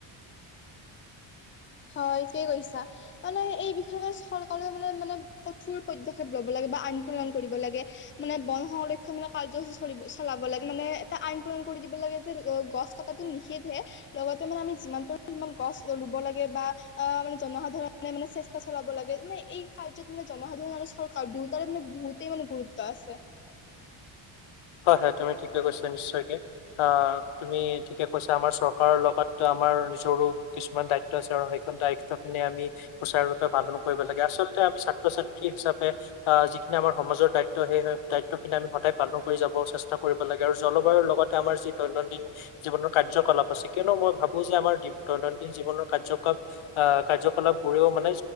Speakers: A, on the left; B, on the left.
A: হয় কেই কৈছা মানে এই বিষয়ে মান চৰকাৰে মানে মানে কঠোৰ পদ্যক্ষেপ লব লাগে। কিবা আইন প্ৰণয়ন কৰিব লাগে, মানে বন সংৰক্ষণ মানে কাৰ্যসূচী চলিব চলাব লাগে মানে এটা আইনপণ কৰি দিব লাগে যে গছ কটাতো নিষেধ সে। লগতে আমি যিমান পাৰো সিমান গছ ৰুব লাগে। বা অ' মানে জনসাধাৰণে মানে চেষ্টা চলাব লাগে, মানে এই কাৰ্যত মানে জনসাধাৰণ আৰু চৰকাৰ দোয়ো তাৰ মানে বহুতেই মানে গুৰুত্ব আছে।
B: <inaudible> হয় হয় তুমি ঠিকে কৈছা, নিশ্চয়কে অ' তুমি ঠিকে কৈছা আমাৰ চৰকাৰৰ লগত আমাৰ। মাৰ নিজৰো কিছুমান দায়িত্ব আছে আৰু সেইখন দায়িত্ব খিনি আমি সুচাৰুৰূপে পালন কৰিব লাগে, আচলতে। আমি ছাত্ৰ ছাত্ৰী হিচাপে আহ যিখিনি আমাৰ সমাজৰ দায়িত্ব সেই দায়িত্বখিনি আমি সদায় পালন কৰি যাব চেষ্টা কৰিব লাগে, আৰু জলবায়ুৰ লগতে আমাৰ যি দৈনন্দিন জীৱনৰ কাৰ্যকলাপ আছে। কিয়নো মই ভাব বো যে আমাৰ দৈনন্দিন জীৱনৰ কাৰ্যাকাপ কাৰ্যকলাপবোৰেও মানে